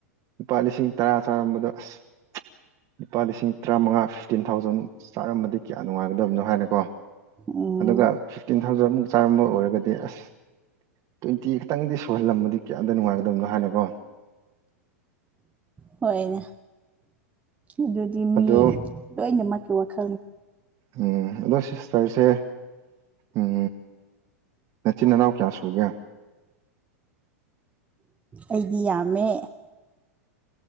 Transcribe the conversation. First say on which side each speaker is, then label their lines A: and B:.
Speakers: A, on the right (about 40°); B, on the right (about 15°).
A: ꯂꯨꯄꯥ ꯂꯤꯁꯤꯡ ꯇꯔꯥ ꯆꯥꯔꯝꯕꯗꯣ ꯑꯁ <unintelligible> ꯂꯨꯄꯥ ꯂꯤꯁꯤꯡ ꯇ꯭ꯔꯥꯃꯉꯥ ꯐꯤꯐꯇꯤꯟ ꯊꯥꯎꯖꯟ ꯆꯥꯔꯝꯃꯗꯤ ꯀꯌꯥ ꯅꯨꯡꯉꯥꯏꯒꯗꯕꯅꯣ ꯍꯥꯏꯅꯀꯣ
B: ꯎꯝ
A: ꯑꯗꯨꯒ ꯐꯤꯐꯇꯤꯟ ꯊꯥꯎꯖꯟꯃꯨꯛ ꯆꯥꯔꯝꯕ ꯑꯣꯏꯔꯒꯗꯤ ꯑꯁ ꯇ꯭ꯋꯦꯟꯇꯤ ꯈꯇꯪꯗꯤ ꯁꯨꯍꯜꯂꯝꯃꯗꯤ ꯀꯌꯥꯗꯤ ꯅꯨꯡꯉꯥꯏ ꯗꯪꯒ ꯍꯥꯏꯅꯀꯣ
B: ꯍꯣꯏꯅꯦ ꯑꯗꯨꯗꯤ ꯃꯤ
A: ꯑꯗꯣ
B: ꯂꯣꯏꯅꯃꯛꯀꯤ ꯋꯥꯈꯜ
A: ꯎꯝ ꯑꯗꯣ ꯁꯤꯁꯇꯔꯁꯦ ꯎꯝ ꯅꯆꯤꯟ ꯅꯅꯥꯎ ꯀꯌꯥ ꯁꯨꯒꯦ
B: ꯑꯩꯗꯤ ꯌꯥꯝꯃꯦ